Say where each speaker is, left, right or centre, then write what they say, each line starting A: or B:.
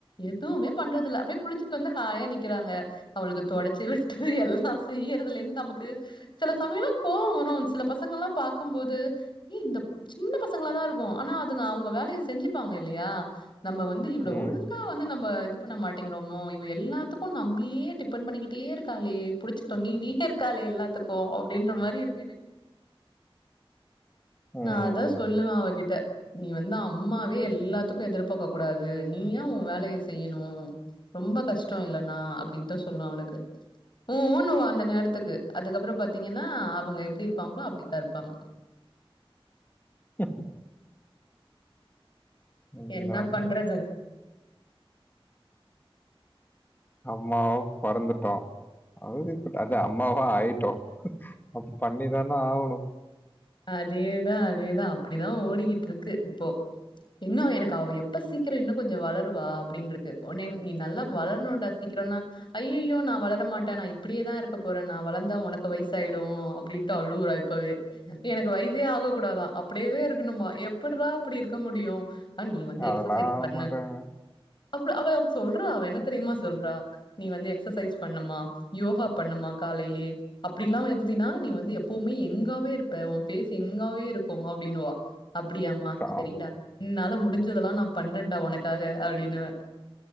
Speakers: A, on the left; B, on the left.
A: எதுவுமே பண்றதுல்ல அப்டியே குளிச்சுட்டு வந்து ஹாயா நிக்குறாங்க அவளுக்கு தொடச்சி விட்டு எல்லா செய்யறதுல இருந்து நமக்கு சில சமயோமலா கோவோ வரோ சில பசங்கல்லா பாக்குபோது ஏ இந்த சின்ன பசங்கள தா இருக்கோ ஆனா அதுங்க அவங்க வேலய செஞ்சுப்பாங்க இல்லயா நம்ம வந்து இவள
B: ம்.
A: ஒழுங்கா இன்னோ வந்து நம்ம இது பண்ண மாட்டேங்கிறோமோ இவ எல்லாத்துக்கு நம்புளயே டிபெண்ட் பண்ணிக்கிட்டே இருக்காளே புளிச்சிதொங்கி நீட்டயிருக்காலே எல்லாத்துக்கோ அப்டீன்ற மாதிரி இருக்கு எனக்கு
B: ம்.
A: நா அதா சொல்லுவ அவகிட்ட நீ வந்து அம்மாவே எல்லாத்துக்கு எதிர்பாக்க கூடாது நீயா உ வேலைய செய்யணோ ரொம்ப கஷ்டோ இல்லனா அப்டீப்தா சொல்லுவ அவளுக்கு உ உ வா அந்த நேரத்துக்கு அதுக்கப்புறோ பாத்தீங்கன்னா அவுங்க எப்டி இருப்பாங்களோ அப்டிதா இருப்பாங்க
B: எப் எல்லாமே
A: என்னா பண்றது
B: அம்மாவா பொறந்துட்டோ அவதி பட்டா அது அம்மாவா ஆயிட்டோ அப்ப பண்ணிதான ஆவணோ
A: அதேதா அதேதா அப்டிதா ஓடிக்கிட்ருக்கு இப்போ இன்னு எனக் கு அவ எப்ப சீக்கிரோ இன்னு கொஞ்சோ வளருவா அப்டின்னு இருக்கு நீ நல்லா வளரணுன்டா சீக்கிரோனா ஐய்யய்யோ நா வளரமாட்ட நா இப்டியேதா இருக்க போற நா வளர்ந்தா உனக்கு வயசாயிடோ அப்டினுட்டு அழுவுறா இப் இப்பவே எனக்கு வயசே ஆக கூடாதா அப்டியேவே இருக்கணுமா எப்பிட்றா அப்டி இருக்க முடியு ஆ நீ வந்து
B: அதெல்லாம்
A: எக்ஸசைஸ் பண்ணு
B: மாட்டேங்க.
A: அப்டு அவம் சொல்றா அவ என்ன தெரியுமா சொல்றா நீ வந்து எக்சசைஸ் பண்ணும்மா யோகா பண்ணுமா காலையிலயே அப்டிலா வருந்தீனா நீ வந்து எப்பவுமே எங்காவே இருப் ப ஓ ஃபேஸ் எங்காவே இருக்கு அப்டினுவா அப்டியாமா
B: ஆ
A: செரிடா என்னால முட் டிஞ்சதெல்லா நா பண்றன்டா ஒனக்காக அப்டின்னுவே